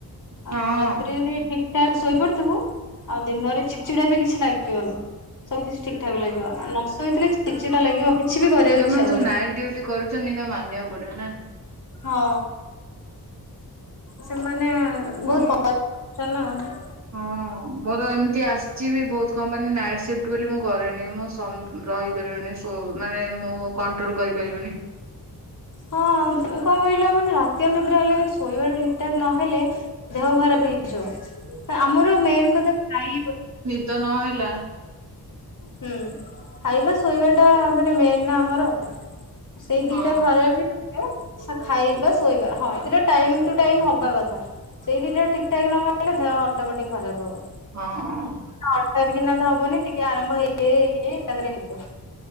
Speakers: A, on the right; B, on the left.
A: ହଁ।
B: ଆଉ ରାତିରେ ଯଦି ଠିକ୍ ତା ଶୋଇପଡିଥିବୁ ଆଉ ଦିନରେ ଚିଡିଚିଡା ବି କିଛି ଲାଗିବନି ସବୁ କିଛି ଠିକ୍ ଠାକ
A: ହଁ।
B: ଲାଗିବ ଆଉ ନ ଶୋଇଥିଲେ ଚିଡିଚିଡା ଲାଗିବ। କିଛି ବି କରିବାକୁ
A: ଯୋଉମାନେ
B: ଇଚ୍ଛା ହବନି।
A: ସବୁ ନାଇଟ୍ ଡ୍ୟୁଟି କରୁଛନ୍ତି ତାଙ୍କୁ ମାନିବାକୁ ପଡିବ ନା।
B: ହଁ ସେମାନେ
A: ମୋର
B: ବହୁତ ଚଲାଅ।
A: ହଁ ମୋର ଏମିତି ଆସିଛି ବି ବହୁତ। କପାଇଁ ନାଇଟ୍ ସିଫ୍ଟ ବୋଲି ମୁଁ କରେନି ମୁଁ ସ ରହିପାରିବିନି ଶୋ ମାନେ ମୁଁ କଣ୍ଟ୍ରୋଲ କରିପାରିବନି
B: ହଁ କଣ କହିଲ ମାନେ ରାତି ଅନଦରେ ହେଲେ ଶୋଇବା ରିତାର ନହେଲେ ଦେହ ଖରାପ ହେଇଯିବ ଆମର ମେନ କଥା ଖାଇ
A: ତ ନହଲା
B: ହୁଁ ଖାଇବା ଶୋଇବା ଟା ମାନେ ମେନ୍ ନା ଆମର ସେଇ ଦିଟା
A: ହଁ
B: ଖରାପ ହ ଖାଇବା ଶୋଇବା ହଁ ଏଥିଟ ଟାଇମ ଟୁ ଟାଇମ ହବା କଥା ସେଇ ଦିଇଟା ଠିକ ଠାକ ନହଲେ ଦେହ ଅଟୋମେଟିକ ଖରାପ ହବ।
A: ହଁ
B: ଅଠାାର କିନା ତ ହବନି ଟିକେ ଆରମ୍ଭ ହେଇଯ ଏକାରେ ହେଇଯିବ।